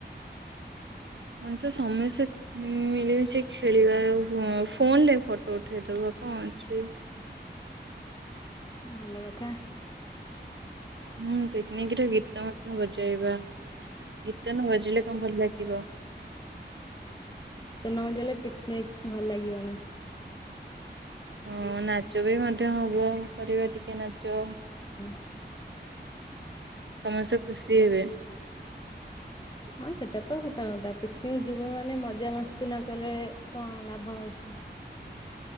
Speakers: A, on the right; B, on the left.
A: ଆନ୍‌ଚ ସମେସେ ଉଁ ମିଳିମିଶି ଖେଳିବା ଆଉ ଫୋ ଫୋନରେ ଫଟୋ ଉଠେଇଦବା କଁ ଅଛି?
B: ଭଲକଥା।
A: ହୁଁ ପିକନିକ ରେ ଗୀତ ମଧ୍ୟ ବଜାଇବା ଗୀତ ନ ବାଜିଲେ କଁ ଭଲ ଲାଗିବ।
B: ଗୀତ ନ ଡେଲେ ପିକ୍‌ନିକ୍‌ ଭଲ ଲାଗିବନି।
A: ହଁ ନାଚ ବି ମଧ୍ୟ ହବ କରିବା ଟିକେ ନାଚ।
B: ହଁ।
A: ସମସ୍ତେ ତୁସି ହେବେ।
B: ହଁ ସେଟାତ ହତକତା ପିକନିକ୍‌ ଯିବୁ ମାନେ ମଜାମସ୍ତି ନ କଲେ କଁ ଲାଭ ଅଛି?